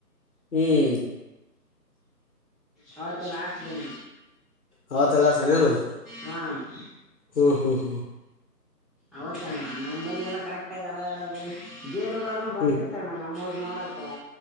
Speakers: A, on the left; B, in the centre.
A: ಹ್ಮ್
B: ಹೌದು ತಲ ಆಸ್ದ್ದನ
A: ಅವತ್ತೆಲ್ಲ ಶನಿ ಅಂದ್ರ
B: ಹ್ಮ <inaudible>
A: ಹ್ಮ್ ಹ್ಮ್ ಹ್ಮ್
B: ಅವತ್ತ ನಮ್ಮಂಬಲ್ಲಿ ಎಲ್ಲ ಕರೆಕ್ಟ್ ಆಗಡೋದು ಬೇಲೋರ್ರನು ಬರ್ತಿರ್ತಣ
A: ಹ್ಮ್
B: ನಮ್ಮ ಮೂರು ನೋಡಕ